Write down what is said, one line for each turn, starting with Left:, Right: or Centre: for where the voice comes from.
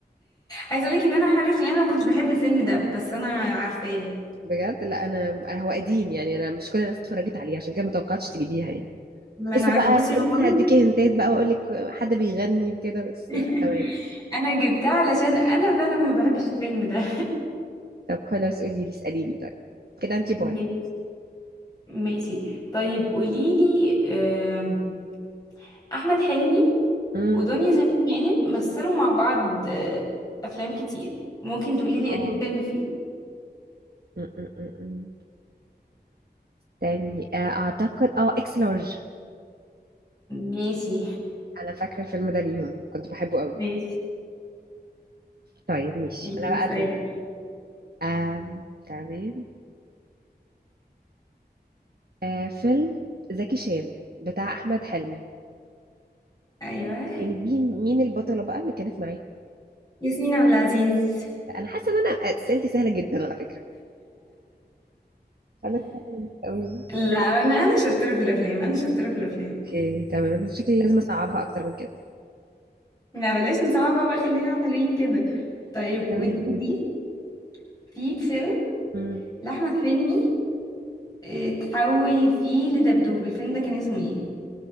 Left: عايزة أقولك إن أنا عرفت لأن أنا ما كنتش بحب الفيلم ده بس أنا عارفاه
Right: بجد لا انا آه، هو قديم يعني انا مش كل الناس اتفرجت عليه عشان كده ما توقعتش تجيبيها يعني
Left: ما
Right: كنت
Left: أنا
Right: لسه
Left: عارفة
Right: بقى
Left: بصي
Right: كنت
Left: هو
Right: لسه
Left: أنا
Right: هديكي هنتات بقى واقول لك حد بيغني وكده بس
Left: <laughs>
Right: لا تمام
Left: انا جبتها علشان انا فعلا ما بحبش الفيلم ده <laughs>
Right: طب خلاص قولي لي اسأليني طيب كده انتي بوينت
Left: ماشي ماشي طيب قوليلي آم، احمد حلمي
Right: امم
Left: ودنيا سمير غانم مثلوا مع بعض آه، افلام كتير ممكن تقوليلي
Right: اه
Left: اسم فيلم فيه
Right: م- م- م- م. تاني آه، اعتقد اه اكس لارج
Left: ماشي
Right: انا فاكره الفيلم ده ليهم كنت بحبه قوي
Left: <laughs> ماشي
Right: طيب ماشي
Left: يلا
Right: انا بقى
Left: سؤالك
Right: دول آم... تمام آه، فيلم زكي شان بتاع احمد حلمي
Left: ايوه
Right: كانت مين مين البطله بقى اللي كانت معاه
Left: ياسمين عبد العزيز
Right: لا، انا حاسه ان انا آه، اسئلتي سهله جدا على فكره انا تمام تمام.
Left: لا انا انا شطوره في الافلام انا شطوره في الافلام
Right: اوكي تمام انا شكلي لازم اصعبها اكتر من كده
Left: لا بلاش نصعب بقى خلينا حلوين كده طيب
Right: تمام
Left: ودي
Right: قولي
Left: في فيلم
Right: مم.
Left: لأحمد حلمي آه، تحول فيه لدبدوب الفيلم ده كان اسمه ايه؟